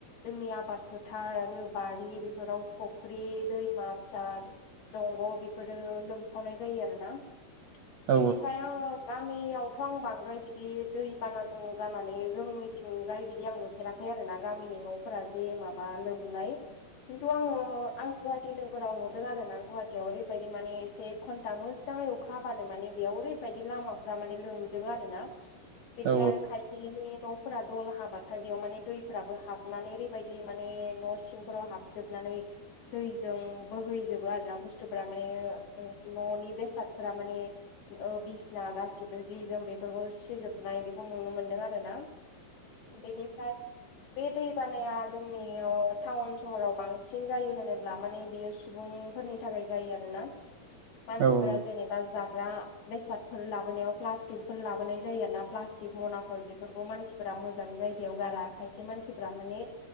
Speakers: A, on the left; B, on the right.
A: जोंनि आबाद फोथार आरो बारि बेफोराव फख्रि दैमा फिसा दंग' बेफोरो लोमसावनाय जायो आरोना
B: औ
A: बिनिफ्राय गामि यावथ' आं बांद्राय बिदि दै बानाजों जानानै जों थिंजायै बिदि आङो होफेराखै आरो ना गामिनि न'फोरा जे माबा मोननाय खिन्थु आङो आं गुवाहाटि नोगोराव नुदों आरो ना गुवाहाटियाव ओरैबायदि माने एसे घन्टा मोन अखा हाबानो माने बेयाव ओरैबायदि लामाफोरा माने लोमजोबो आरो ना। बेनिफ्राय
B: औ
A: आरो खायसेनि न'फोरा दल हाबाथाय बेयाव माने दैफोराबो हाबनानै ओरैबायदि माने न' सिंफोराव हाबजोबनानै दैजों बोहैजोबो आरो ना बुस्थुफोरा माने न'नि बेसादफोरा माने बिसना गासिबो जि जोम बेफोरखौ सिजोबनाय बेखौ नुनो मोनदों आरो ना बेनिफ्राय बे दै बानाया जोंनियाव टाउन सहराव बांसिन जायो होनोब्ला माने बियो सुबुं फोरनि थाखाय जायो आरोना मानसिफोरा
B: औ
A: जेनेबा जा मा बेसादफोर लाबोनायाव प्लाष्टिकफोर लाबोनाय जायो आरो ना प्लाष्टिक मनाफोर बेफोरखौ मानसिफोरा मोजां जायगायाव गारा खायसे मानसिफ्रा माने